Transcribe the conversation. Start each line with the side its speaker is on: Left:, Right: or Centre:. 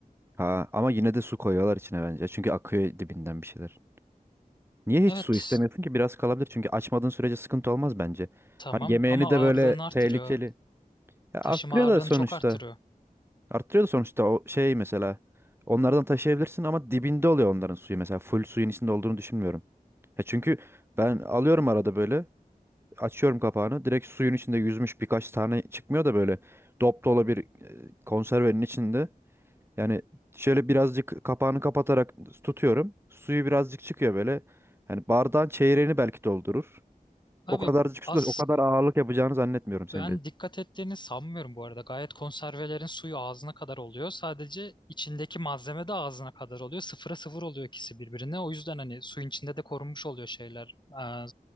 Right: Ha ama yine de su koyuyorlar içine bence. Çünkü akıyor dibinden bir şeyler. Niye hiç
Left: Evet
Right: su istemiyorsun ki? Biraz kalabilir. Çünkü açmadığın sürece sıkıntı olmaz bence.
Left: tamam
Right: Hani yemeğini
Left: ama
Right: de
Left: ağırlığını
Right: böyle
Left: artırıyor.
Right: tehlikeli. Ya
Left: Taşıma
Right: arttırıyor
Left: ağırlığını
Right: da sonuçta.
Left: çok artırıyor.
Right: Arttırıyor da sonuçta o şey mesela. Onlardan taşıyabilirsin ama dibinde oluyor onların suyu mesela. Full suyun içinde olduğunu düşünmüyorum. Ya çünkü ben alıyorum arada böyle. Açıyorum kapağını. Direkt suyun içinde yüzmüş birkaç tane çıkmıyor da böyle. Dop dolu bir e, konservenin içinde. Yani şöyle birazcık kapağını kapatarak tutuyorum. Suyu birazcık çıkıyor böyle. Yani bardağın çeyreğini belki doldurur. O
Left: Abi
Right: kadarcık su
Left: az
Right: da o kadar ağırlık yapacağını zannetmiyorum senin
Left: Ben
Right: de.
Left: dikkat ettiğini sanmıyorum bu arada. Gayet konservelerin suyu ağzına kadar oluyor. Sadece içindeki malzeme de ağzına kadar oluyor. Sıfıra sıfır oluyor ikisi birbirine. O yüzden hani suyun içinde de korunmuş oluyor şeyler. Ee,